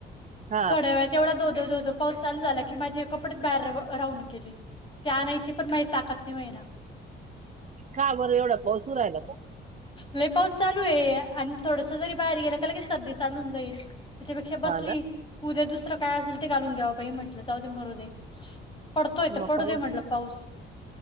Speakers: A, on the right; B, on the left.
A: हा
B: थोड्या वेळात एवढा धो धो धो पाऊस चालू झाला की माझे कपडेच बाहेर राहून गेले ते आणायची पण माझ ताकद नाही माहि ना
A: हा बरं एवढा पाऊस उ राहिला का
B: लई पाऊस चालू आहे आणि थोडस जरी बाहेर गेलं का लगे सध चालून जाईल त्याच्यापेक्षा बसली
A: हा ना
B: उद्या दुसरं काय असेल ते घालून घ्यावा पाहि म्हंटलं जाऊ दे मरू दे पडतोय तर
A: मग
B: पडू
A: पाऊस
B: दे म्हटलं पाऊस